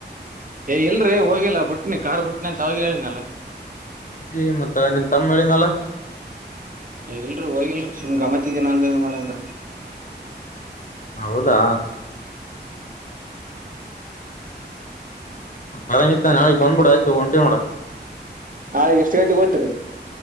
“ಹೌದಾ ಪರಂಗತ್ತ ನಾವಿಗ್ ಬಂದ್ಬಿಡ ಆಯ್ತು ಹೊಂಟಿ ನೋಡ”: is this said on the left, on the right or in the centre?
Left